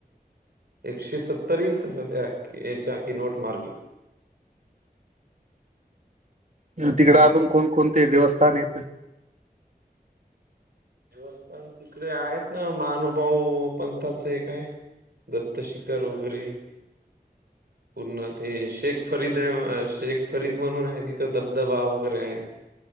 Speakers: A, on the right; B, on the right.
A: एकशे सत्तर येईल तसं त्या की याचा की नोट मार्गे
B: तिकडं अजून कोण कोणते देवस्थान येतं?
A: देवस्थान तिकडे आहेत ना महानुभाव पंथाचे काय दत्तशिखार वगैरे पुन्हा ते शेख फरीद आहे शेख फरीद म्हणून आहे तिथं धबधबा वगैरे आहे.